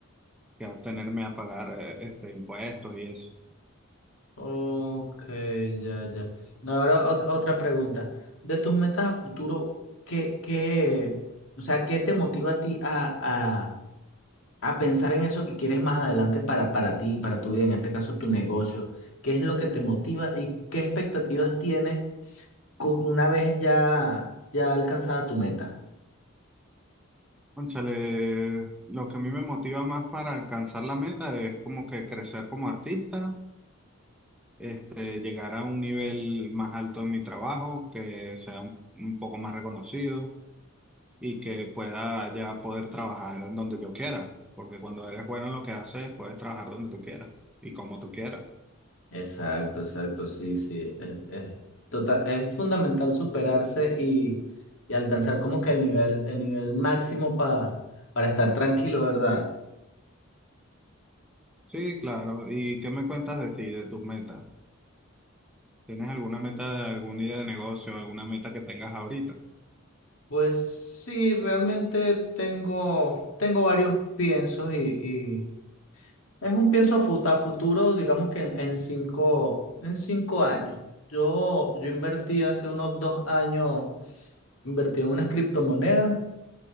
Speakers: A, in the centre; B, on the left.
A: que atenerme a pagar eh, este, impuestos y eso.
B: Ok, ya, ya. No, Ahora ot- otra pregunta. De tus metas a futuro, ¿qué, qué, o sea, qué te motiva a ti a, a, a pensar en eso que quieres más adelante para, para ti, para tu vida, en este caso tu negocio? ¿Qué es lo que te motiva y qué expectativas tienes co- una vez ya, ya alcanzada tu meta?
A: Cónchale, lo que a mí me motiva más para alcanzar la meta es como que crecer como artista, este, llegar a un nivel más alto en mi trabajo, que sea un, un poco más reconocido y que pueda ya poder trabajar en donde yo quiera, porque cuando eres bueno en lo que haces, puedes trabajar donde tú quieras y como tú quieras.
B: Exacto, exacto, sí, sí. Es, es total, es fundamental superarse y, y alcanzar como que el nivel, el nivel máximo pa- para estar tranquilo, ¿verdad?
A: Sí, claro. ¿Y qué me cuentas de ti, de tus metas? ¿Tienes alguna meta, alguna idea de negocio, alguna meta que tengas ahorita?
B: Pues sí, realmente tengo, tengo varios piensos y, y es un pienso fut- a futuro, digamos que en, en cinco, en cinco años. Yo, yo invertí hace unos dos años, invertí en unas criptomonedas